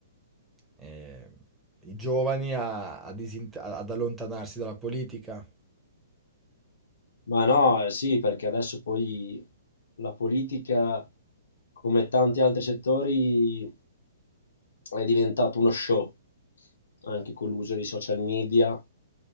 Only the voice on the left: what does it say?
Ma no, eh, sì, perché adesso poi la politica, come tanti altri settori, è diventato uno show, anche con l'uso dei social media